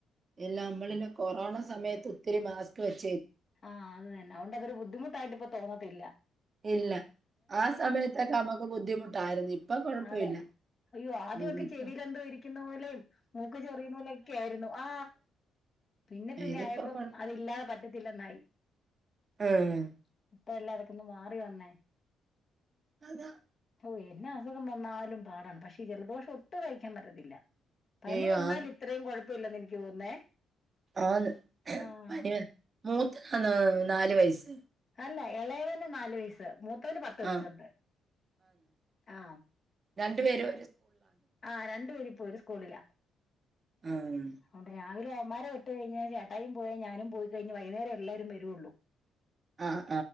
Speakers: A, on the right (about 40°); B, on the left (about 45°).
A: എല്ല നമ്മളില് കൊറോണ സമയത്ത് ഒത്തിരി മാസ്ക് വെച്ച
B: ആഹ് അത് തന്നെ അതു കൊണ്ട് ഒരു ബുദ്ധിമുട്ടായിട്ട് ഇപ്പോ തോന്ന ത്തില്ല
A: ഇല്ല ആ സമയത്തൊക്കെ നമ്മുക്ക് ബുദ്ധിമുട്ടായിരുന്നു ഇപ്പൊ കൊഴപ്പമില്ല
B: അതെ അയ്യോ ആദ്യമൊക്കെ
A: ആ ഇപ്പ
B: ചെവിയിലെന്തോ ഇരിക്കുന്ന <inaudible> മൂക്ക് ചെറിയുന്നൂലൊക്കെ ആയിരുന്നു ആ പിന്നെ പിന്നെ
A: ഇതിപ്പോ
B: ആയപ്പം
A: കൊഴ
B: അതില്ലാതെ പറ്റ <unintelligible>
A: ആഹ്
B: ഇപ്പോ എല്ലാവർക്കും ന്ന് മാറി വന്നേ
A: അതാ
B: ഓ എന്നെ അസുഖം വന്നാലും പാടാണ് പക്ഷേ ഈ ജലദോഷം ഒട്ടും സഹിക്കാൻ പറ്റത്തില്ല പനി
A: അയ്യോ
B: വന്നാൽ
A: ആന്ന്
B: ഇത്രയും കുഴപ്പ ഇല്ലെന്ന് എനിക്ക് തോന്നുന്നേ
A: ആന്ന്
B: ആഹ്
A: പനി മൂത്തതാന്നോ നാല്‌വയസ്സ്
B: അല്ല ഇളയതിന് നാല് വയസ്സ് മൂത്തതിന് പത്ത് വയസുണ്ട്
A: ആഹ്
B: ആ
A: രണ്ടു പേരും
B: ആ രണ്ടു പേരും ഇപ്പോ ഒര് സ്കൂളിലാ
A: ആഹ്
B: അതുകൊണ്ട് രാവിലെ അമാര് കേട്ട കഴിഞ്ഞാ ചേട്ടായും പോയാേ ഞാനും പോയി കഴിഞ്ഞ് വൈകുന്നേരം എല്ലാവരും വരുള്ളൂ
A: ആഹ്